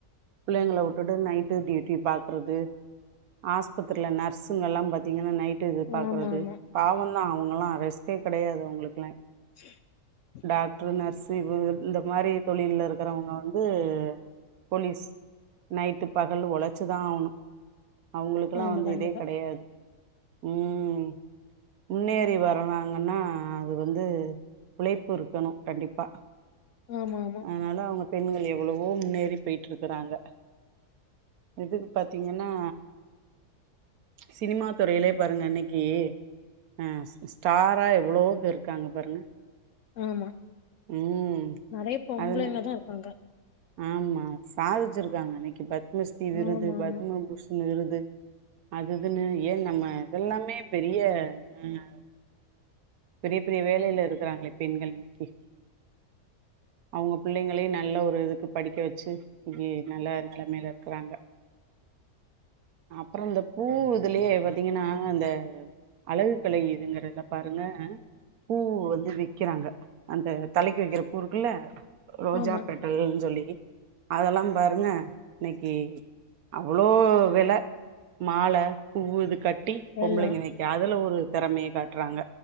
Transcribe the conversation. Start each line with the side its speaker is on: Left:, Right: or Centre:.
Right: பிள்ளைங்கள வுட்டுட்டு நைட்டு டியூட்டி பாக்குறது ஆஸ்பத்திரியில நர்ஸுங்க எல்லா பாத்தீங்கனா நைட் டூட்இது பாக்குறது
Left: ஆமா ஆமா
Right: பாவம்தா அவங்கல்லா ரெஸ்டே கெடையாது அவங்களுக்குல்லா
Left: <inaudible>
Right: டாக்ட்ரு நர்ஸ்சு இவு இந்த மாரி தொழில்ல இருக்கிறவங்க வந்து போலீஸ் நைட்டு பகல் உழச்சுதா ஆவணு அவங்களுக்கெல்லா
Left: ஆமா
Right: வந்து
Left: கண்டிப்பா
Right: இதே கிடையாது ம் முன்னேறி வரனாங்கன்னா அது வந்து உழைப் பிருக்கனு கண்டிப்பா
Left: ஆமா ஆமா
Right: அனால அவ்ங்க பெண்கள் எவ்வளவோ முன்னேறி பேயிட்டு இருக்கிறாங்க எதுக்கு பாத்தீங்கன்னா சினிமா துறையிலே பாருங்க அன்னைக்கி ஆ ஸ்டாரா எவ்ளவோ பேரு இருக்காங்க பாருங்க
Left: ஆமா
Right: ம்
Left: நிறைய பொம்பளைங்க
Right: அதுன
Left: தா இருக்காங்க
Right: ஆமா சாதிச்சிருக்காங்க அன்னைக்கி பத்மஸ்ரீ விருது
Left: ஆமா ஆமா
Right: பத்மபூஷண் விருது அதுதுன்னு ஏ நம்ம அதெல்லாமே பெரிய அ பெரிய பெரிய வேலையில இருக்கிறாங்களே பெண்கள் இன்னைக்கி அவுங்க பிள்ளைங்களையு நல்ல ஒரு இதுக் படிக்க வச்சு இங்கயே நல்ல நெலைமையில இருக்கிறாங்க அப்புறோ இந்த பூ இதுலயே பாத்தீங்கன்னா அந்த அழகு கலை இதுங்கறத பாருங்க அ பூ வந்து விக்கிறாங்க அந்த தலைக்கு வைக்கிற பூ இருக்குல்ல ரோஜா
Left: ஆமா
Right: பெட்டல்ன்னு சொல்லி அதெல்லா பாருங்க இன்னைக்கி அவ்ளோ வெல மால பூ இது கட்டி பொம்பளைங்க
Left: எல்லா
Right: இன்னைக்கி அதுல ஒரு திறமைய காட்டுறாங்க